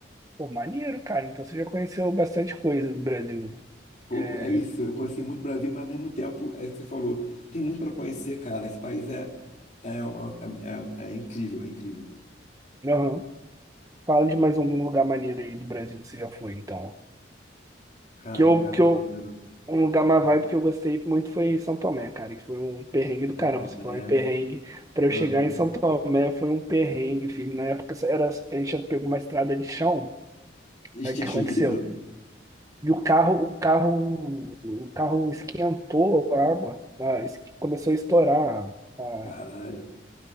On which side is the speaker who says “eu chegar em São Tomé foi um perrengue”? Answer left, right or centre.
Right